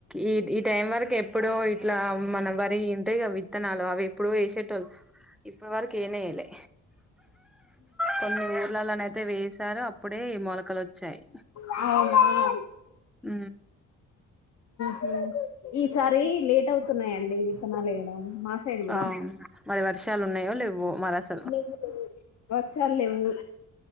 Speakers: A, in the centre; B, on the left (about 60°).
A: ఈ ఈ టైం వరకు ఎప్పుడో ఇట్లా మన వరి ఉంటాయి గా విత్తనాలో అవి ఎప్పుడివో ఎసేటోళ్ళు ఇప్పుడు వరకు యైనే ఏయ్ ల్లే కొన్ని ఊర్లలోన అయితే వేసారు అప్పుడే ఈ మొలకలు వచ్చాయి
B: అవు
A: ఉ
B: కే ఈసారి లేట్ అవుతున్నాయండి విత్తనాలుయడం మా సైడ్ కూడా
A: అవును మరి వర్షాలు ఉన్నాయో లేవు మరి అసల్
B: లేవు లేవు వర్షాలు లేవు